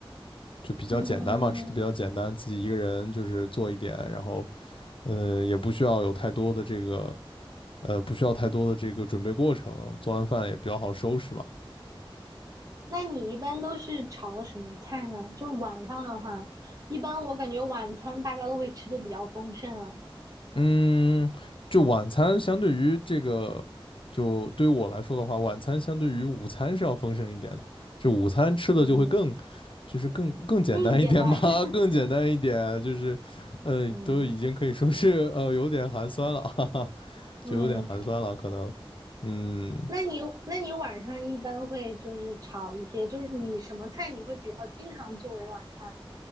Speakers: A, on the left; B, on the right.
A: 就比较简单嘛，
B: 嗯，
A: 吃的比较简单，自己一个人就是做一点，然后呃也不需要有太多的这个呃不需要太多的这个准备过程，做完饭也比较好收拾嘛。
B: 那你一般都是炒什么菜呢？就是晚上的话，一般我感觉晚餐大家都会吃的比较丰盛了。
A: 嗯，就晚餐相对于这个，就对于我来说的话，晚餐相对于午餐是要丰盛一点的。就午餐吃的就会更，
B: 嗯，
A: 就是更更简单一点嘛，
B: 更简单。<laughs>
A: <laughs> 更简单一点，就是，呃，
B: 嗯
A: 都已经可以说是呃有点寒酸了，<laughs> 哈哈，
B: 嗯，
A: 就有点寒酸了，可能，嗯，
B: 那你那你晚上一般会就是炒一些，就是你什么菜你会比较经常作为晚餐呢？